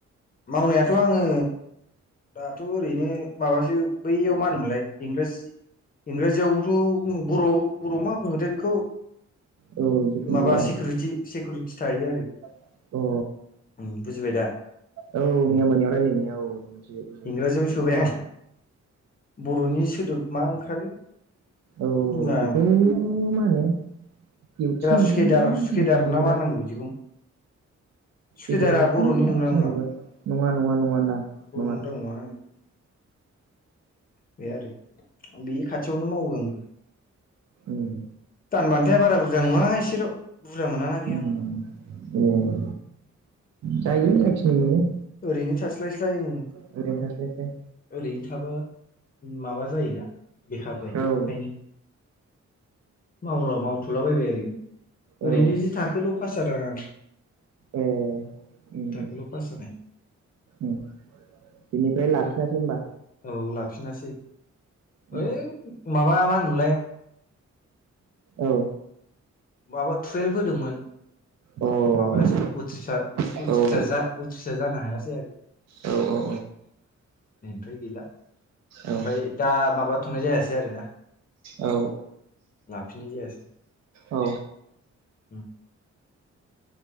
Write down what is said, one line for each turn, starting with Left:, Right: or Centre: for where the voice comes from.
Left: मावनायाथ आङो दाथ ओरैनो माबासो बैयाव मा होनोमोनलाय इंराजि इंराजियावथ बर बरआव मा बुङोथाय बेखौ
Right: औ जिखुनु
Left: माबा
Right: जाया
Left: सिकुरिटि सिकुरिटि थायो आरो
Right: अ अ
Left: उम बुजिबाय दा
Right: अ औ
Left: उम
Right: मैया मोनायाव रायलायनाया औ मोनसे बुजिनाय
Left: इंराजियावनो सोबाय आं बरनि सोदोब मा ओंखारो
Right: औ
Left: जोंना
Right: बेखौ मा होनो दिवथि नेग्रा
Left: सुखेदार
Right: ना होनो
Left: सुखेदार
Right: <unintelligible> नेग्रा
Left: ना मा होनांगौ बिदिखौ सुखेदारा
Right: गेदेरावथ
Left: बर'नि
Right: मास
Left: नंगौना नङा
Right: जाबावगोन नङा नङा नङा ना
Left: बर'नि
Right: नङा
Left: राव नङाना बे आरो बे खाथियावनो मावो आंबो
Right: उम
Left: दानबान्थाया बारा बुरजा नङा एसेल बुरजा मोनाना ना बेयाव
Right: उम ए जायो जाखिनि मोनो
Left: ओरैनो थास्लायस्लाय ओम
Right: ओरैनो थास्लायस्लाय
Left: ओरैनो थाबा माबा जायोना बेखार जायो ओंखायनो
Right: औ
Left: मावला मावथुलाबायबाय ओरैनो
Right: औ
Left: ओरैनो जि थाखोल पास जादों आं जि
Right: ए उम
Left: थाखोल
Right: उम
Left: पास जानाय
Right: उम बिनिफ्राय लाफिनासै
Left: नों
Right: होमबा
Left: औ लाफिनासै
Right: उम
Left: ओइ माबा मा होनोमोनलाय
Right: औ
Left: माबा टुवेल्भ होदोंमोन
Right: अ
Left: माबायासै उथ्रिसार उथ्रिसार
Right: औ
Left: जा उथ्रिसार जानो हायासै आरो
Right: औ औ
Left: बेनिफ्राय गैला
Right: औ
Left: ओमफाय दा माबाथनाय जायासै आरोना
Right: औ औ
Left: लाफिननाय जायासै
Right: औ
Left: उम